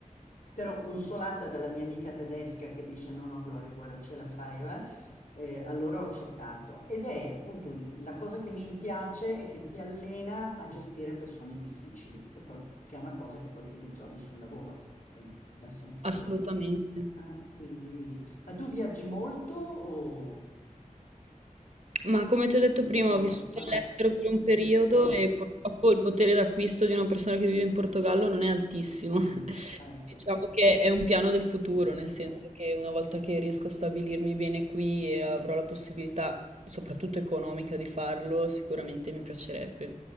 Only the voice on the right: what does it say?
Assolutamente.
Ma come ti ho detto
prima,
ho vissuto
all'estero per un
periodo
e purtroppo il potere d'acquisto di una persona che vive in Portogallo non è altissimo. <laughs>
Diciamo che è un piano del futuro,
nel senso che una volta che riesco a stabilirmi bene qui e avrò la possibilità, soprattutto economica, di farlo, sicuramente mi piacerebbe.